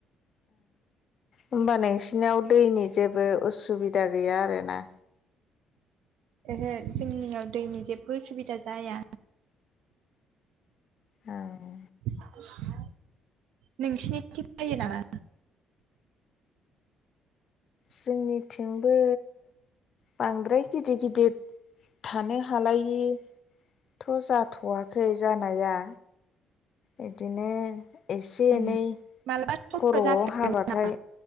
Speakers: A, on the left; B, on the right.
A: होमबा नोंसिनियाव दैनि जेबो उसुबिदा गैया आरोना
B: ओहो जोंनियाव दैनि जेबबो उसुबिदा जाया
A: ओं
B: <unintelligible> <inaudible> नोंसिनिथि जायो नामा
A: जोंनिथिंबो बांद्राय गिदिर गिदिर थानो हालायिथ' जाथ'वाखै जानाया बिदिनो एसे
B: उम
A: एनै
B: मालाबा समफ्राव
A: खर'आव
B: जाफेरा
A: हाबाथाय
B: नामा